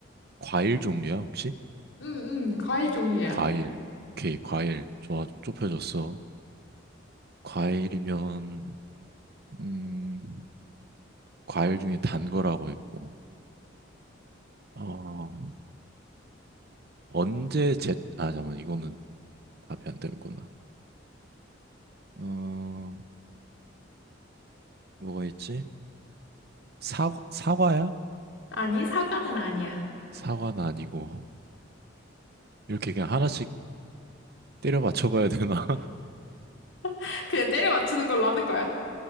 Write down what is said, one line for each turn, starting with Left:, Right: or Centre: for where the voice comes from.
Right: 과일 종류야, 혹시?
Left: 음, 음, 과일 종류야.
Right: 과일. 오케이, 과일. 좋아, 좀 좁혀졌어. 과일이면, 음, 과일 중에 단 거라고 했고, 어, 언제 제, 아, 잠깐만, 이거는 답이 안 되는구나. 어, 뭐가 있지? 사, 사과야?
Left: 아니 사과는 아니야.
Right: 사과는 아니고. 이렇게 그냥 하나씩 때려 맞춰봐야 되나?
Left: <laughs> 그냥 때려 맞추는 걸로 하는 거야.